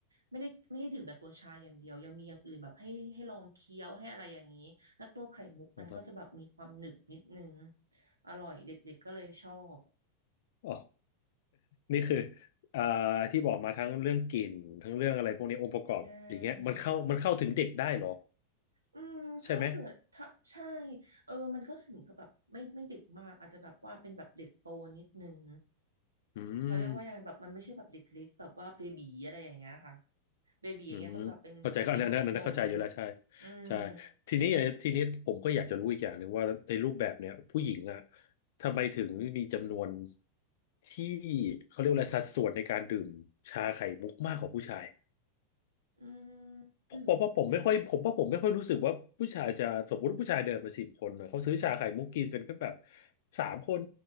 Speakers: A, on the right; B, on the left.
A: ไม่ได้ไม่ได้ดื่มแต่ตัวชาอย่างเดียวยังมีอย่างอื่นแบบให้ให้ลองเคี้ยวให้อะไรอย่างนี้แล้วตัวไข่มุกมันก็จะแบบมีความหนึบนิดนึง
B: อ๋อครับ
A: อร่อยเด็กๆก็เลยชอบ
B: อ๋อนี่คืออ่าที่บอกมาทั้งเรื่องกลิ่นทั้งเรื่องอะไรพวกนี้องค์ประกอบอย่างเงี้ยมันเข้ามันเข้าถึงเด็กได้เหรอ
A: ใช่ อืมถ้าเผื่อถ้าใช่
B: ใช่ไหม
A: เออมันก็ถึงกับแบบไม่ไม่เด็กมากอาจจะแบบว่าเป็นแบบเด็กโตนิดนึง
B: อืม
A: เขาเรียกว่ายังไงแบบมันไม่ใช่แบบเด็กเล็กแบบว่าเบบีอะไรอย่างเงี้ยค่ะเบบีอย่างเงี้ยต้องแบบเป็นพวกเน้นพวกนม
B: อืมเข้าใจก็อันนั้นอันนั้นเข้าใจอยู่แล้วใช่
A: อืม
B: ใช่ทีนี้ทีนี้ผมก็อยากจะรู้อีกอย่างหนึ่งว่าในรูปแบบเนี่ยผู้หญิงอ่ะทำไมถึงมีจำนวนที่เขาเรียกว่าอะไรสัดส่วนในการดื่มชาไข่มุกมากกว่าผู้ชาย
A: อืมดื่ม
B: ผมว่าผมไม่ค่อยผมว่าผมไม่ค่อยรู้สึกว่าผู้ชายจะสมมติว่าผู้ชายเดินมาสิบคนน่ะเขาซื้อชาไข่มุกกินกันก็แบบสามคน